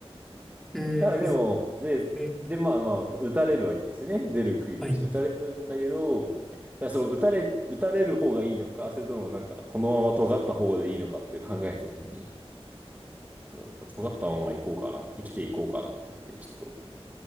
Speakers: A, in the centre; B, on the right.
A: うん、
B: あ、
A: です。
B: でも、で、
A: うん。
B: で、まあまあ、打たれるわけですよね。出る杭として。
A: はい。
B: 打たれるんだけど、だからその打たれ、打たれる方がいいのか、それともなんか、このまま尖った方でいいのかっていう考えたときに、そう、尖ったまま行こうかな、生きていこうかなって言って、ちょっと、